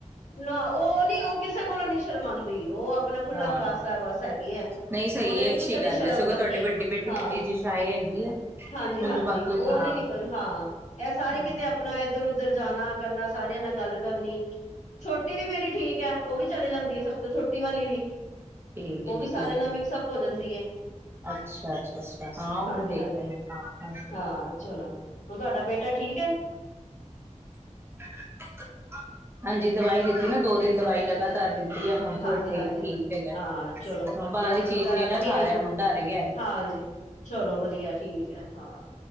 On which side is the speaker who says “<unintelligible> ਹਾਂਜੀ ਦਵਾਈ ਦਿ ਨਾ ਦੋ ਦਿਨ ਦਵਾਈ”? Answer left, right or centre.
Right